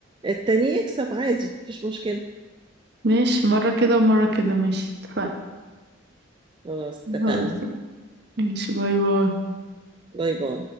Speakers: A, on the right (about 25°); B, on the right (about 55°).
A: التاني يكسب عادي مفيش مشكله
B: ماشي مره كده ومره كده ماشي اتفقنا
A: خلاص اتفقنا
B: خلاص ماشي باي باي
A: باي باي